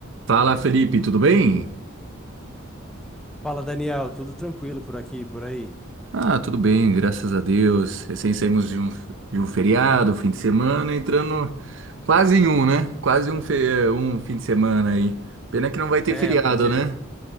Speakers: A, on the right; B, in the centre.
A: Fala, Felipe, tudo bem?
B: Fala, Daniel, tudo tranquilo por aqui, e por aí?
A: Ah, tudo bem, graças a Deus. Recém saímos de um, de um feriado, fim de semana, entrando quase em um, né? Quase um, fe- eh, um fim de semana aí. Pena que não vai ter
B: É,
A: feriado,
B: porque
A: né?